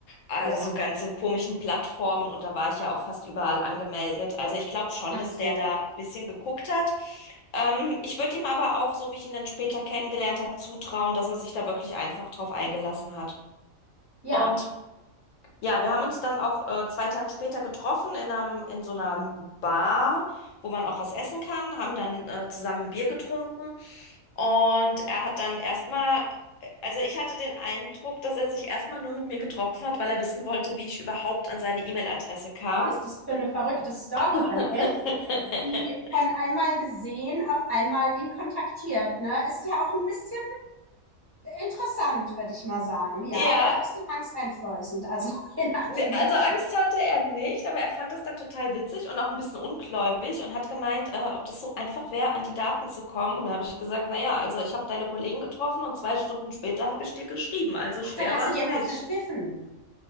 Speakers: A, on the left; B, on the right.
A: Also
B: Ja,
A: so ganze komischen Plattformen und da war ich ja auch fast überall angemeldet. Also ich glaube schon,
B: ach
A: dass
B: so.
A: der da ein bisschen geguckt hat. Ähm, ich würde ihm aber auch, so wie ich ihn dann später kennengelernt habe, zutrauen, dass er sich da wirklich einfach drauf eingelassen hat.
B: Ja,
A: Und ja, wir haben uns dann auch äh, zwei Tage später getroffen in einem, in so einer Bar, wo man auch was essen kann, haben dann äh, zusammen ein Bier getrunken und er hat dann erstmal, also ich hatte den Eindruck, dass er sich erstmal nur mit mir getroffen hat, weil er wissen wollte, wie ich überhaupt an seine E-Mail-Adresse kam.
B: was das für eine verrückte Stalkerin
A: <laughs>
B: ist, die von einmal gesehen auf einmal ihn kontaktiert. Ne? Ist ja auch ein bisschen interessant, würde ich mal sagen, ja,
A: Ja,
B: oder ein bisschen angsteinflößend, also <laughs> je nachdem,
A: Ne,
B: wie
A: Also
B: man es
A: Angst
B: sieht.
A: hatte er nicht, aber er fand es dann total witzig und auch ein bisschen ungläubig und hat gemeint, äh, ob das so einfach wäre, an die Daten zu kommen. Und da habe ich gesagt, naja, also ich habe deine Kollegen getroffen und zwei Stunden später habe ich dir geschrieben, also
B: Ach,
A: schwer
B: dann hast
A: war
B: du die
A: es
B: auch
A: nicht.
B: noch verpfiffen.